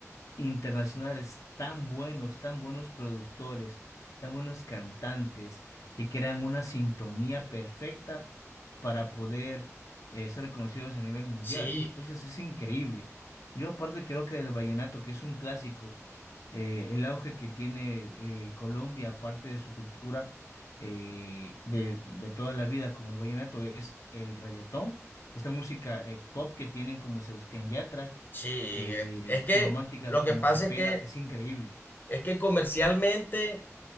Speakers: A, on the left; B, on the left.
A: internacionales tan buenos, tan buenos productores, tan buenos cantantes, que crean una sintonía perfecta para poder eh, ser reconocidos a nivel mundial.
B: sí,
A: Entonces es increíble. Yo aparte creo que del vallenato, que es un clásico, eh, el auge que tiene eh, Colombia, aparte de su cultura eh, de, de toda la vida, como el vallenato, es el reggaetón, esta música eh, pop que tienen como Sebastián Yatra
B: sí.
A: eh,
B: eh, Es que
A: romántica
B: lo que
A: como
B: pasa
A: Cepeda,
B: es que
A: es increíble.
B: es que comercialmente,